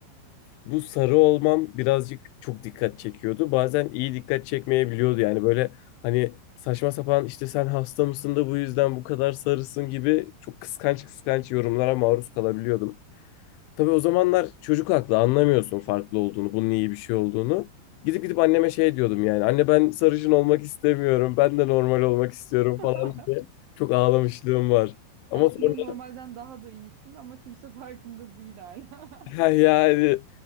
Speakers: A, on the left; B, on the right.
A: bu sarı olmam birazcık çok dikkat çekiyordu. Bazen iyi dikkat çekmeyebiliyordu. Yani böyle hani saçma sapan işte sen hasta mısın da bu yüzden bu kadar sarısın gibi çok kıskanç kıskanç yorumlara maruz kalabiliyordum. Tabii o zamanlar çocuk aklı anlamıyorsun farklı olduğunu, bunun iyi bir şey olduğunu. Gidip gidip anneme şey diyordum yani. Anne ben sarışın olmak istemiyorum. Ben de normal olmak istiyorum
B: <laughs>
A: falan diye. Çok ağlamışlığım var. Ama
B: Aslında
A: sonra
B: normalden daha da iyisin ama kimse farkında değil hala.
A: <laughs>
B: <laughs>
A: yani